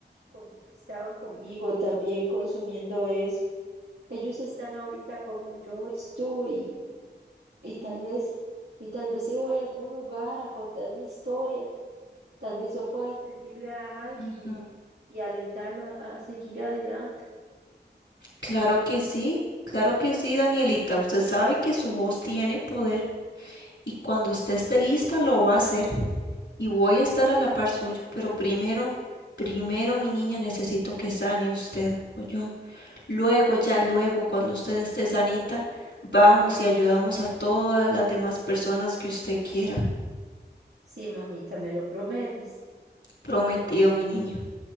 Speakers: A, on the right (about 65°); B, on the left (about 85°).
A: como que estaban conmigo también consumiendo eso. Ellos están ahorita como yo estuve y, y tal vez, y tal vez si voy a algún lugar a contar mi historia, tal vez yo pueda servirle a alguien
B: Ujú.
A: y alentarlo a, a seguir adelante.
B: Claro que sí, claro que sí, Danielita. Usted sabe que su voz tiene poder y cuando usted esté lista lo va a hacer y voy a estar a la par suyo. Pero primero, primero, mi niña, necesito que sane usted, yo Luego, ya luego, cuando usted esté sanita, vamos y ayudamos a todas las demás personas que usted quiera.
A: Sí, mamita, me lo prometes.
B: Prometido, mi niña.